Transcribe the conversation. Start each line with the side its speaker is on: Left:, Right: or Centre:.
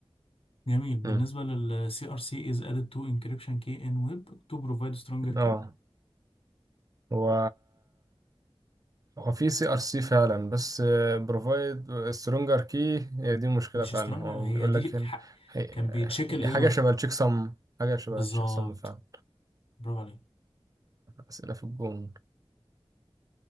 Left: جميل بالنسبه
Right: مم.
Left: لل CRC is added to encryption key in web to provide stronger
Right: اه
Left: key
Right: هو هو في سي ار سي فعلا بس بروفايد سترونجر كي هي دي المشكله
Left: مش
Right: فعلا
Left: سترونج
Right: هو
Left: هي
Right: بيقول
Left: دي
Right: لك هنا
Left: ح...
Right: هي-
Left: كان بيتشيك
Right: هي
Left: الايرور
Right: حاجه شبه التشيك سم حاجه شبه
Left: بالظبط
Right: التشيك سم فعلا
Left: برافو عليك
Right: اسئله في الجون